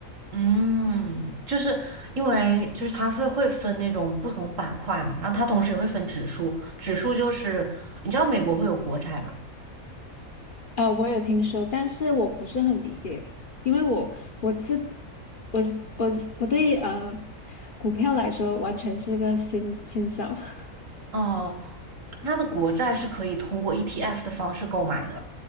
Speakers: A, on the right; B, on the left.
A: 嗯，就是因为就是它会会分那种不同板块嘛，然后它同时也会分指数，指数就是你知道美国会有国债吧？
B: 啊，我有听说，但是我不是很理解，因为我我是我是我是我对呃股票来说完全是个新新手。<laughs>
A: 哦，它的国债是可以通过 ETF 的方式购买的，